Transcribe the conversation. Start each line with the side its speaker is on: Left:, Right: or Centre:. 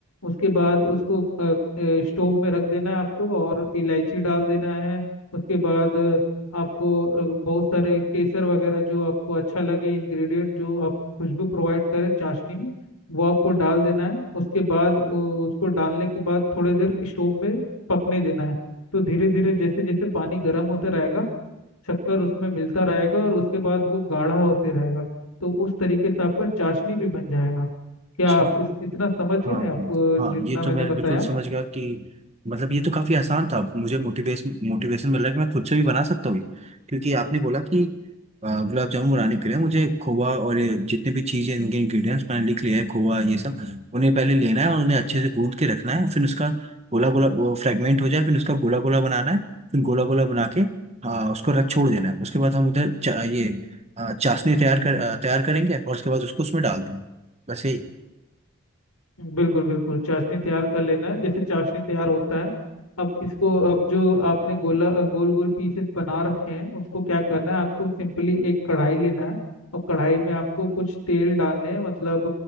Left: उसके बाद उसको अ, अ, स्टोव में रख देना है आपको और इलायची डाल देना है उसके बाद आपको अ, बहुत सारे केसर वगैरह जो आपको अच्छा लगे इंग्रेडिएंट जो आपको खुशबू प्रोवाइड करे चाशनी में वो आपको डाल देना है उसके बाद अ, उसको डालने के बाद थोड़ी देर स्टोव में पकने देना है तो धीरे धीरे जैसे जैसे पानी गर्म होता रहेगा शक्कर उसमें मिलता रहेगा और उसके बाद वो गाढ़ा होते रहेगा तो उस तरीके से आपका चाशनी भी बन जाएगा क्या
Right: अच्छा
Left: आप इस इतना समझ गए
Right: हाँ
Left: आप अ,
Right: हाँ
Left: जितना
Right: ये
Left: मैंने
Right: तो मैं
Left: बताया
Right: बिल्कुल समझ गया कि मतलब ये तो काफ़ी आसान था मुझे मोटिवेशन मोटिवेशन मिल रहा है कि मैं खुद से भी बना सकता हूँ ये। क्योंकि आपने बोला कि अ, गुलाब जामुन बनाने के लिए मुझे खोवा और ये जितने भी चीज़ें इनके इंग्रेडिएंट्स मैंने लिख लिए हैं खोवा ये सब उन्हें पहले लेना है और उन्हें अच्छे से गूंद के रखना है फिर उसका गोला गोला वो फ्रेगमेंट हो जाए फिर उसका गोला गोला बनाना है फिर गोला गोला बना के हाँ उसको रख छोड़ देना है उसके बाद हम उधर चा, ये अ, चाशनी तैयार कर अ, तैयार करेंगे और उसके बाद उसको उसमें डाल देंगे वैसे ही
Left: बिल्कुल बिल्कुल चाशनी तैयार कर लेना है जैसे चाशनी तैयार होता है अब इसको अब जो आपने गोला गोल गोल पीसेस बना रखे हैं उसको क्या करना है आपको सिंपली एक कढ़ाई लेना है और कढ़ाई में आपको कुछ तेल डालने हैं मतलब